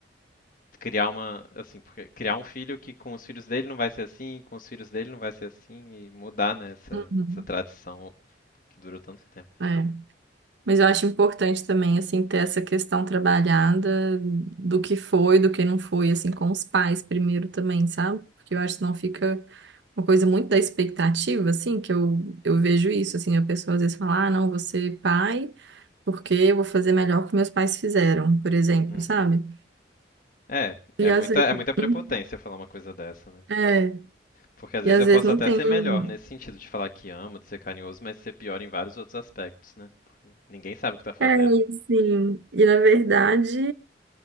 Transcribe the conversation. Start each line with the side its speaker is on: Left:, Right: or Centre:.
Left: criar uma, assim, porque criar um filho que com os filhos dele não vai ser assim, com os filhos dele não vai ser assim, e mudar, né, essa,
Right: Uhum.
Left: essa tradição que durou tanto tempo.
Right: É. Mas eu acho importante também, assim, ter essa questão trabalhada do que foi, do que não foi, assim, com os pais primeiro também, sabe? Porque eu acho que não fica uma coisa muito da expectativa, assim, que eu, eu vejo isso, assim, a pessoa às vezes fala, ah, não, vou ser pai porque eu vou fazer melhor que meus pais fizeram, por exemplo,
Left: Uhum.
Right: sabe?
Left: É, é
Right: E às
Left: muita,
Right: vezes,
Left: é muita prepotência
Right: hum,
Left: falar uma coisa dessa, né?
Right: é,
Left: Porque às
Right: e
Left: vezes
Right: às
Left: eu
Right: vezes
Left: posso
Right: não
Left: até
Right: tem,
Left: ser
Right: um-
Left: melhor nesse sentido de falar que amo, de ser carinhoso, mas ser pior em vários outros aspectos, né? Porque ninguém sabe o que tá fazendo,
Right: é, e
Left: né?
Right: assim, e na verdade...